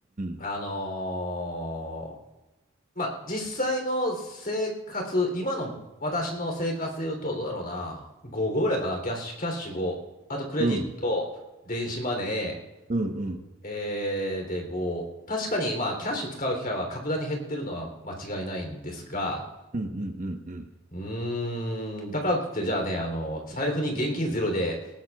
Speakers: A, on the left; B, on the right.
A: あの
B: ん
A: ーまあ、実際の生活、今の私の生活で言うと、どうだろうな、5ぐらいかな、キャッシュ、キャッシュ5、あとクレジット、
B: うん。うん
A: 電子マネー、
B: うんうん
A: えーで5。確かに、まあ、キャッシュ使う機会は格段に減ってるのは間違いないんですが、
B: うんうんうんうん。
A: うーん、だからといって、じゃあね、あの、財布に現金ゼロで